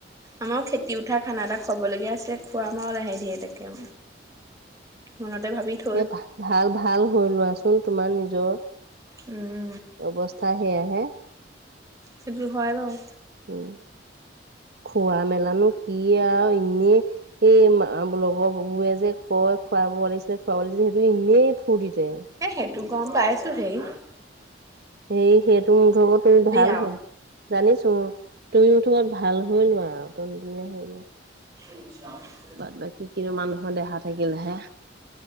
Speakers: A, on the right (about 20°); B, on the right (about 60°).
A: আমাৰ খেতি উঠা খানা এটা খোৱাব লগীয়া আছে খোৱাম আওঁ লাহে ধীয়ে তাকে', মনতে ভাবি থা',
B: সিহঁত ভা', -ভাল - ভাল হ'ল লোৱাচোন তোমাৰ নিজৰ',
A: উম',
B: অৱস্থা সেয়াহে',
A: সেইটোৱে সেইবোৰ হয় বাৰু',
B: উম', খোৱা - মেলানো কি আৰু', হুম এই', সেই মা', - আ', লগৰ বো', - বোৰে যে কয় খুৱাব লাগিছিলে, খুৱাব লাগিছিলে সেই', বুলি বৰ ফুৰ্তিতে,
A: এ সেইটো গম পাইছোঁ হেই',
B: সেই সেইটো মুঠতে ভাল
A: আৰু
B: হয়', জানিছোঁ, তুমি এতিয়া ভাল হৈ লোৱা আৰু টন - টনীয়া হৈ লোৱা',
A: আচ্ছা',
B: বাদ - বাকী কি নো মানুহৰ দেহা থাকিলেহে,